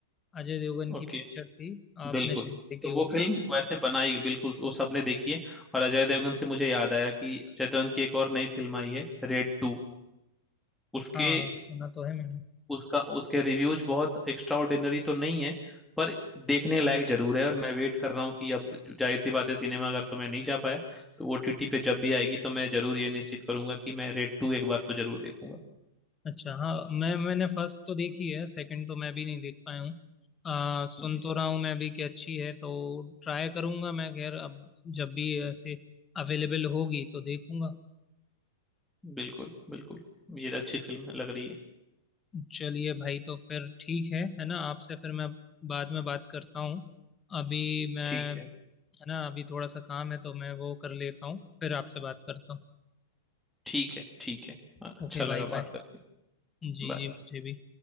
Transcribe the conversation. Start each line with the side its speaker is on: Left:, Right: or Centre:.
Left: अजय देवगन की
Centre: ओके
Left: पिक्चर थी आपने
Centre: बिल्कुल
Left: शायद देखी
Centre: तो
Left: होगी
Centre: वो फिल्म वैसे बनाई बिल्कुल वो सबने देखी है और अजय देवगन से मुझे याद आया कि अजय देवगन की एक और नई फिल्म आई है रेड टू उसके
Left: हाँ हाँ, सुना तो है मैंने
Centre: उसका उसके रिव्यूज बहुत एक्स्ट्रा ऑर्डिनरी तो नहीं है पर देखने लायक जरूर है और मैं वेट कर रहा हूँ कि अब जाहिर सी बात है सिनेमा अगर तो मैं नहीं जा पाया तो ओटीटी पे जब भी आएगी तो मैं जरूर ये निश्चित करूंगा कि मैं रेड टू एक बार तो जरूर देखूंगा
Left: अच्छा हाँ मैं मैंने फर्स्ट तो देखी है सेकंड तो मैं भी नहीं देख पाया हूँ आ, सुन
Centre: हम्म,
Left: तो रहा हूँ मैं भी कि अच्छी है तो ट्राई करूँगा मैं खैर अब जब भी ऐसे अवेलेबल होगी तो देखूँगा
Centre: बिल्कुल बिल्कुल ये अच्छी फिल्म लग रही है
Left: चलिए भाई तो फिर ठीक है है ना आपसे फिर मैं बाद में बात करता हूँ अभी मैं
Centre: ठीक है
Left: है ना अभी थोड़ा सा काम है तो मैं वो कर लेता हूँ फिर आपसे बात करता हूँ
Centre: ठीक है ठीक है अच्छा
Left: ओके
Centre: लगा
Left: भाई बाय
Centre: बात करके
Left: जी
Centre: Bye.
Left: जी मुझे भी